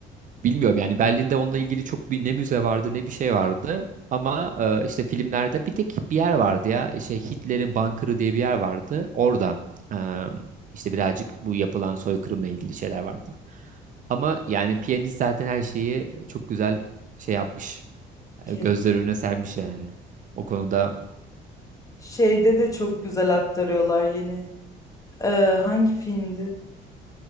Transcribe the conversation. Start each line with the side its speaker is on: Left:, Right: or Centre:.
Right: Bilmiyorum yani Berlin'de onunla ilgili çok bir ne müze vardı ne bir şey vardı. Ama e, işte filmlerde bir tek bir yer vardı ya. Şey Hitler'in bunkerı diye bir yer vardı. Orada e, işte birazcık bu yapılan soykırımla ilgili şeyler vardı. Ama yani piyanist zaten her şeyi çok güzel şey yapmış.
Left: Kesin.
Right: E, Gözler önüne sermiş yani. O konuda.
Left: Şeyde de çok güzel aktarıyorlar yine. Ee, hangi filmdi?